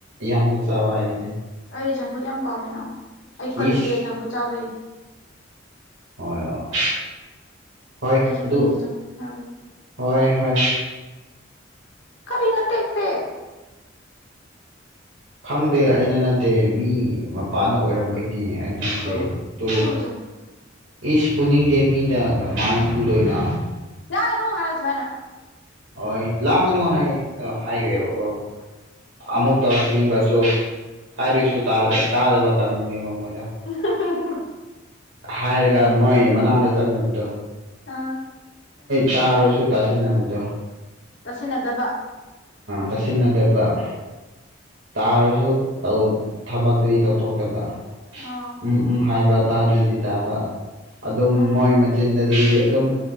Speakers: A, on the right (about 75°); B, on the left (about 70°).
A: ꯌꯥꯝꯅ ꯆꯥꯎ ꯍꯥꯏꯕꯅꯤ
B: ꯑꯩꯗꯤ ꯆꯝꯐꯨ ꯌꯥꯝ ꯄꯥꯝꯃꯤꯅꯣ ꯑꯩ
A: ꯏꯁ
B: ꯀꯜꯂꯤꯁꯦ ꯆꯝꯐꯨꯠ ꯆꯥꯕꯒꯤꯅꯦ
A: ꯍꯣꯏ ꯑꯣ ꯍꯣꯏ ꯑꯗꯨ
B: ꯀꯜꯂꯤꯁꯦ ꯆꯝꯐꯨꯠ ꯆꯥꯕꯒꯤ
A: ꯍꯣꯏ ꯍꯣꯏ
B: ꯀꯔꯤ ꯅ ꯇꯦꯛꯇꯦꯛ
A: ꯈꯪꯗꯦ ꯑꯩꯅ ꯅꯠꯇꯦ ꯃꯤ ꯃꯄꯥꯟꯗ ꯑꯣꯏꯔꯝꯒꯅꯤ ꯑꯠꯇ
B: ꯐꯨꯔꯨ
A: ꯇꯣ
B: ꯐꯨꯔꯨꯖꯅꯨ
A: ꯏꯁ ꯄꯨꯅꯤꯡꯗꯦ ꯃꯤꯗ ꯀꯃꯥꯏꯅ ꯄꯨꯨꯗꯣꯏꯅꯣ
B: ꯌꯥꯒꯅꯨ ꯍꯔꯥꯏꯁꯨ ꯋꯥꯅꯦ
A: ꯍꯣꯏ ꯂꯥꯡꯒꯅꯨ ꯍꯥꯏ ꯍꯥꯏꯈ꯭ꯔꯦꯕꯀꯣ ꯑꯃꯨꯛ ꯇꯧꯔꯛꯀꯅꯤꯡꯕ ꯁꯨ ꯍꯥꯏꯔꯤꯁꯨ ꯇꯥꯗꯕ ꯀꯥꯡꯕꯨꯨꯅꯦꯕ ꯃꯣꯏꯗ
B: <unintelligible>
A: ꯍꯥꯏꯔꯒ ꯃꯣꯏ ꯃꯅꯥꯛꯇ ꯆꯪꯅꯕꯗꯣ
B: ꯑꯥ
A: ꯇꯥꯔ ꯁꯨ ꯇꯁꯤꯟ ꯅꯥꯗꯕꯗꯣ
B: ꯇꯁꯤꯟꯅꯗꯕ
A: ꯇꯥꯁꯤꯟꯅꯗꯕ ꯇꯥꯔꯁꯨ ꯊꯕꯛꯇꯨꯗꯤ ꯇꯧꯊꯣꯛꯇꯕ
B: ꯑꯥꯎ
A: ꯎꯝ ꯎꯝ ꯍꯥꯏꯕ ꯇꯥꯗꯤ ꯇꯥꯕ ꯑꯗꯨꯝ ꯃꯣꯏ
B: ꯎꯝ
A: ꯃꯆꯤꯟꯗ ꯑꯗꯒꯤꯗꯤ ꯑꯗꯨꯝ